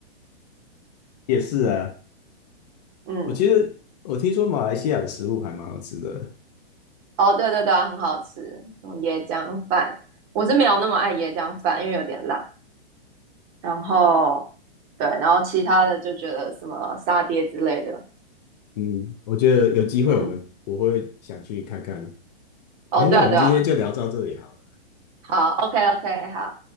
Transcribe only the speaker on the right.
嗯，
哦，对对对啊，很好吃，什么椰浆饭，我是没有那么爱椰浆饭，因为有点辣。然后，对，然后其他的就觉得什么沙爹之类的，
嗯。哦，
对啊，
对啊，好，OK OK，好，